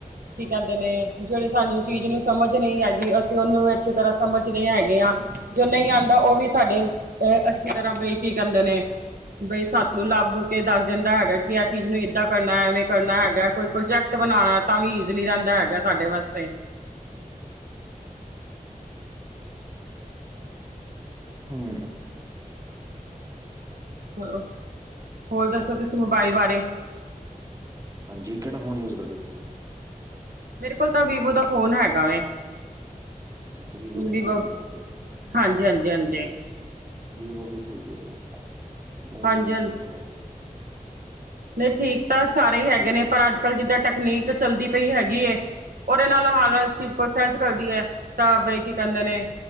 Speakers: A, on the right (about 85°); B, on the right (about 25°).
A: ਕੀ ਕੈਂਦੇ ਨੇ ਜੇੜੀ ਸਾਨੂੰ ਚੀਜ਼ ਨੂੰ ਸਮਜ ਨਈ ਹੈਗੀ, ਅਸੀਂ ਓਨੂੰ ਏ ਅਛੀ ਤਰਾ ਸਮਜ ਨੇ ਹੈਗੇ ਆ ਜੋ ਨਈ ਆਂਦਾ ਓ ਵੀ ਸਾਡੇ, ਅ ਅੱਛੀ ਤਰਾ ਬਈ ਕੀ ਕੈਂਦੇ ਨੇ ਬਈ ਸਾਨੂੰ ਲੱਬ ਕੇ ਦੱਸ ਦਿੰਦਾ ਹੈਗੈ, ਕਿ ਆ ਚੀਜ ਨੂੰ ਏਦਾਂ ਕਰਨਾ ਐਵੇਂ ਕਰਨਾ ਹੈਗੈ ਕੋਈ ਪ੍ਰੋਜੈਕਟ ਬਣਾਣੈ ਤਾਂ ਵੀ ਇਜ਼ਲੀ ਰੈਂਦਾ ਹੈਗਾ ਸਾਡੇ ਵਾਸਤੇ
B: ਹੂੰ।
A: ਓ ਹੋਰ ਦੱਸੋ ਤੁਸੀਂ
B: ਹੋਰ
A: ਮੋਬਾਇਲ
B: ਜੀ
A: ਬਾਰੇ
B: ਹਾਂਜੀ, ਕੇੜਾ ਫੋਨ ਯੂਜ਼ ਕਰਦੇ ਓ ਤੁਸੀ
A: ਮੇਰ ਕੋਲ ਤਾਂ ਵੀਵੋ ਦਾ ਫੋਨ ਹੈਗਾ ਵੇ।
B: ਅੱਛਾ ਦਾ
A: ਵੀਵੋ,
B: ਹੀ ਫੋਨ ਯੂਜ ਕਰਦੇ
A: ਹਾਂਜੀ, ਹਾਂਜੀ, ਹਾਂਜੀ।
B: ਵੀਵੋ ਵੀ ਠੀਕ ਈ ਹੈਗਾ, ਮੇਰ
A: ਹਾਂਜੀ
B: ਕੋਲ ਵੀਵੋ ਦਾ ਵੀ
A: ਨਈ ਠੀਕ ਤਾਂ ਸਾਰੇ ਈ ਹੈਗੇ ਨੇ, ਪਰ ਅੱਜ-ਕੱਲ ਜਿੱਦਾਂ ਟੈਕਨੀਕ ਚੱਲਦੀ ਪਈ ਹੈਗੀ ਏ, ਓਦੇ ਨਾਲ ਹਾਰ ਇੱਕ ਚੀਜ ਪ੍ਰੋਸੈਸ ਕਰਦੀ ਏ, ਤਾਂ ਬਈ ਕੀ ਕੈਂਦੇ ਨੇ